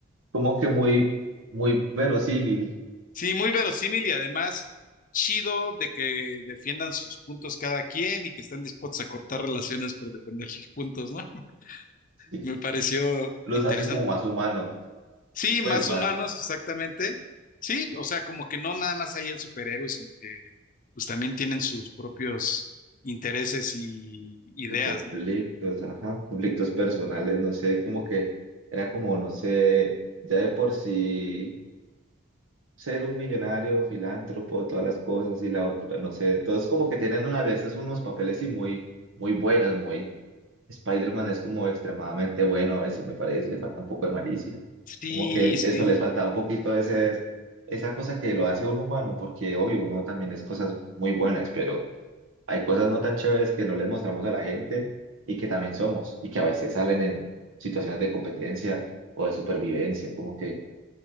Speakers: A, on the right (about 85°); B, on the left (about 40°).
A: como que muy, muy verosímil,
B: sí, muy verosímil y además chido de que defiendan sus puntos cada quien y que estén dispuestos a cortar relaciones por defender sus puntos, ¿no? <laughs>
A: sí,
B: Me pareció
A: los
B: interesante.
A: hace como más humanos,
B: Sí,
A: pues
B: más
A: más
B: humanos, exactamente. Sí, o sea, como que no nada más hay el superhéroe, sino que pues también tienen sus propios intereses y ideas,
A: y conflictos,
B: ¿no?
A: ajá, conflictos personales, no sé, como que era como, no sé, ya de por sí ser un millonario, filántropo, todas las cosas y la otra, no sé, todos como que tienen a veces unos papeles y muy, muy buenos, muy Spider-Man es como extremadamente bueno, a veces me parece, le falta un poco de malicia.
B: Sí,
A: Como que el-
B: sí,
A: esto les falta un poquito de ese, esa cosa que lo hace a un humano, porque obvio, uno también es cosas muy buenas, pero hay cosas no tan chéveres que no les mostramos a la gente y que también somos, y que a veces salen en situaciones de competencia o de supervivencia. Como que